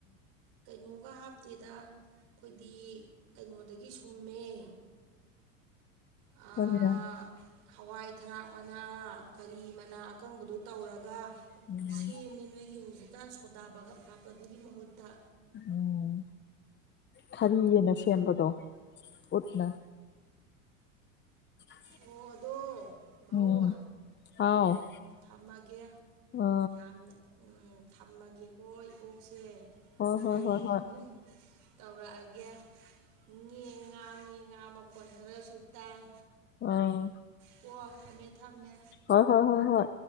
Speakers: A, on the right; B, on the left.
A: ꯀꯩꯅꯣꯒ ꯍꯥꯞꯇꯦꯗ ꯑꯩꯈꯣꯏꯗꯤ ꯀꯩꯅꯣꯗꯒꯤ ꯁꯨꯝꯃꯦ <unintelligible> ꯍꯋꯥꯏ
B: ꯑꯗꯨꯅ <unintelligible>
A: ꯊꯔꯥꯛ ꯃꯅꯥ ꯀꯔꯤ ꯃꯅꯥ ꯑꯀꯪꯕꯗꯣ ꯇꯧꯔꯒ
B: ꯎꯝ
A: ꯁꯦꯝꯃꯦ ꯅꯣꯏꯒꯤ ꯍꯧꯖꯤꯛ ꯖꯤꯛꯀꯥꯟ ꯁꯣꯗꯥ ꯕꯒꯞ ꯍꯥꯞꯄꯗꯨꯒꯤ ꯃꯍꯨꯠꯇ
B: ꯎꯝ ꯈꯟꯌꯦꯟꯅ ꯁꯦꯝꯕꯗꯣ ꯎꯠꯅ <unintelligible>
A: ꯑꯣ ꯑꯗꯣ ꯃꯧ
B: ꯎꯝ ꯍꯥꯎ
A: ꯊꯝꯃꯒꯦ
B: ꯑ
A: ꯌꯥꯝꯅ ꯎꯝ ꯊꯝꯃꯒꯦꯀꯣ ꯏꯕꯣꯛꯁꯦ
B: ꯍꯣꯏ ꯍꯣꯏ
A: ꯑꯌꯦ
B: ꯍꯣꯏ ꯍꯣꯏ
A: ꯍꯕꯨ ꯇꯧꯔꯛꯑꯒꯦ ꯉ ꯉꯥ ꯉ ꯉꯥ ꯃꯈꯣꯟ ꯈꯔꯁꯨ ꯇꯥꯏ
B: ꯑꯥ
A: ꯀꯣ ꯊꯝꯃꯦ ꯊꯝꯃꯦ
B: ꯍꯣꯏ ꯍꯣꯏ ꯍꯣꯏ ꯍꯣꯏ